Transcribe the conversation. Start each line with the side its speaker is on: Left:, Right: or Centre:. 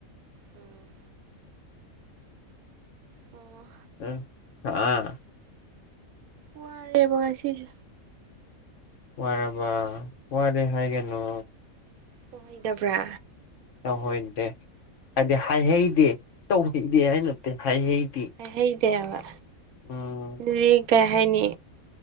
Right: ꯎꯝ ꯑꯣ
Left: ꯑꯦ ꯑꯥ
Right: ꯋꯥꯔꯦꯕ ꯉꯁꯤꯁꯦ
Left: ꯋꯥꯔꯕꯥ ꯋꯥꯔꯦ ꯍꯥꯏꯒꯅꯣ
Right: ꯇꯧꯍꯩꯗꯕ꯭ꯔꯥ
Left: ꯇꯧꯍꯩꯗꯦ ꯍꯥꯏꯗꯤ ꯍꯥꯏꯍꯩꯗꯦ ꯇꯧꯍꯩꯗꯦ ꯍꯥꯏ ꯅꯠꯇꯦ ꯍꯥꯏꯍꯩꯗꯦ
Right: ꯍꯥꯏꯍꯩꯗꯦ ꯍꯥꯏꯕ
Left: ꯎꯝ
Right: ꯔꯤ ꯀꯩ ꯍꯥꯏꯅꯤ